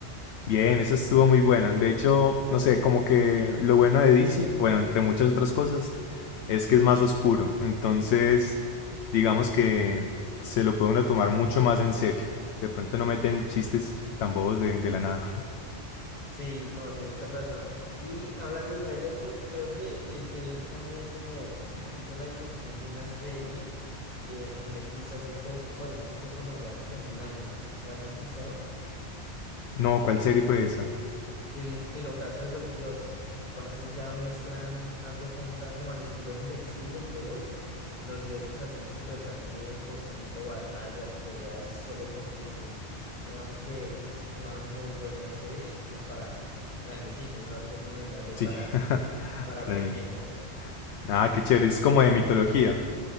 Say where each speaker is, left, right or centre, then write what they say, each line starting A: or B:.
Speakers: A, on the left; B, on the left.
A: Bien, esa estuvo muy buena. De hecho, no sé, como que lo bueno de DC, bueno, entre muchas otras cosas, es que es más oscuro. Entonces, digamos que se lo puede uno tomar mucho más en serio. De pronto no meten chistes tan bobos de, de la nada. <laughs>
B: Sí, no, tienes esta razón. Y hablando de Snyder Cut, creo que eh, él también como hizo la dirección de una serie eh, en Netflix hace poco. Bueno, hace poco no, ya hace como un año. ¿La has escuchado?
A: No, ¿cuál serie fue esa?
B: el, el ocaso de los dioses. Entonces ya muestran, haz de cuenta, como al estilo Invencible y The Boys, los dioses así súper sangrientos, teniendo batallas, peleas, solo porque sí. Digamos que es una muy buena serie, pues para grandecitos, no es recomendable
A: Sí,
B: para,
A: <laughs>
B: para
A: para
B: pequeños.
A: mí. Ah, qué chévere, es como de mitología.